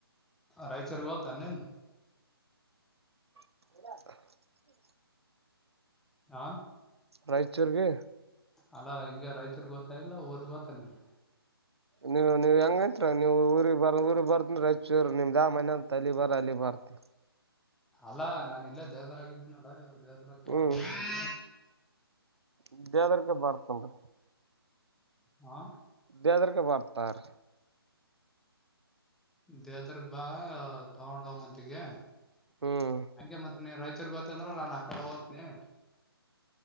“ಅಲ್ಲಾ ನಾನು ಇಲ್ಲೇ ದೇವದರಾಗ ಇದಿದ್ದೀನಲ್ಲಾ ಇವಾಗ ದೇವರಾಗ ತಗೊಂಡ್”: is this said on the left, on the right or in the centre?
Centre